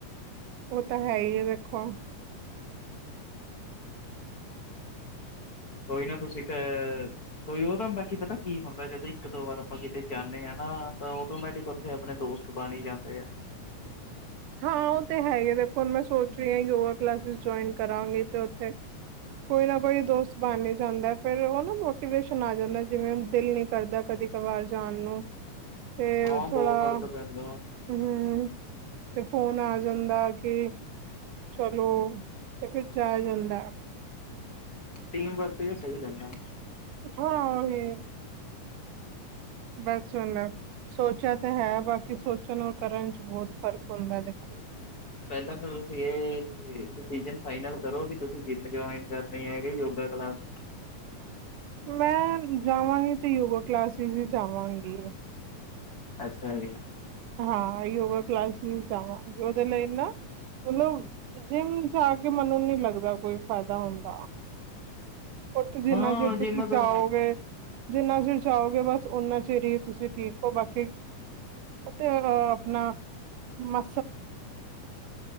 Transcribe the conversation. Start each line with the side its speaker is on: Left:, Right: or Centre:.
Right: ਉਹ ਤਾਂ ਹੈ ਹੀ ਐ ਦੇਖੋ
Left: ਕੋਈ ਨਾ ਤੁਸੀਂ ਕ ਕੋਈ ਉਹਦਾ ਬਾਕੀ ਪਤਾ ਕੀ ਹੁੰਦਾ, ਜਦੋਂ ਇੱਕ, ਦੋ ਵਾਰ ਆਪਾਂ ਕਿਤੇ ਜਾਂਨੇ ਹਾਂ ਨਾ ਤਾਂ ਔਟੌਮੇਟਿਕ ਉਥੇ ਆਪਣੇ ਦੋਸਤ ਬਾਣੀ ਜਾਂਦੇ ਆ।
Right: ਹਾਂ ਉਹ ਤੇ ਹੈਗੇ ਦੇਖੋ ਹੁਣ ਮੈਂ ਸੋਚ ਰਹੀ ਹ ਯੋਗਾ ਕਲਾਸਿਸ ਜਊਣ ਕਰਾਂਗੀ ਤੇ ਉੱਥੇ ਕੋਈ ਨਾ ਕੋਈ ਦੋਸਤ ਬਣ ਹੀ ਜਾਂਦਾ ਫੇਰ ਉਹ ਨਾ ਮੋਟੀਵੇਸ਼ਨ ਆ ਜਾਂਦਾ ਐ, ਜਿਵੇਂ ਦਿਲ ਨੀ ਕਰਦਾ ਕਦੇ ਕਵਾਰ ਜਾਣ ਨੂੰ, ਤੇ
Left: ਹਾਂ
Right: ਥੋੜ੍ਹਾ
Left: ਬਹੁਤ ਫ਼ਰਕ
Right: ਹੁੰ,
Left: ਪੈਂਦਾ
Right: ਤੇ ਫੋਨ ਆ ਜਾਂਦਾ ਕਿ ਚਲੋ ਤੇ ਫੇਰ ਜਾਇਆ ਜਾਂਦਾ।
Left: ਟੀਮ ਵਰਕ ਵੀ ਸਹੀ ਰਹਿੰਦਾ।
Right: ਹਾਂ <unintelligible> ਬੱਸ <unintelligible> ਸੋਚਿਆ ਤਾਂ ਹੈ ਬਾਕੀ ਸੋਚਣ ਔਰ ਕਰਨ ਚ ਬਹੁਤ ਫ਼ਰਕ ਹੁੰਦਾ ਐ, ਦੇਖੋ।
Left: ਪਹਿਲਾਂ ਤਾਂ ਤੁਸੀਂ ਇਹ ਡਸੀਜਨ ਫਾਈਨਲ ਕਰੋ, ਕੀ ਤੁਸੀਂ ਜਿੰਮ ਜੁਆਇਨ ਕਰਨੀ ਐ ਯਾ ਯੋਗਾ ਕਲਾਸ
Right: ਮੈਂ ਜਾਵਾਂਗੀ ਤੇ ਯੋਗਾ ਕਲਾਸਿਸ ਹੀ ਜਾਵਾਂਗੀ।
Left: ਅੱਛਾ ਜੀ।
Right: ਹਾਂ ਯੋਗਾ ਕਲਾਸ ਹੀ ਜਾਵਾਂਗੇ ਉਹਦੇ ਲਯੀ ਨਾ ਮਤਲਬ ਜਿੰਮ ਜਾ ਕੇ ਮੈਨੂੰ ਨੀ ਲੱਗਦਾ ਕੋਈ ਫਾਇਦਾ ਹੁੰਦਾ ਐ। ਉਥੇ ਜਿੰਨਾ
Left: ਹਾਂ
Right: ਚਿਰ
Left: ਜਿੰਮ
Right: ਤੁਸੀਂ
Left: ਤਾਂ
Right: ਜਾਓਗੇ ਜਿੰਨਾ ਚਿਰ ਜਾਓਗੇ ਬੱਸ ਓਨਾ ਚਿਰ ਹੀ ਤੁਸੀਂ ਠੀਕ ਹੋ, ਬਾਕੀ ਤੁਸੀ ਉਥੇ ਅ ਆਪਣਾ ਮ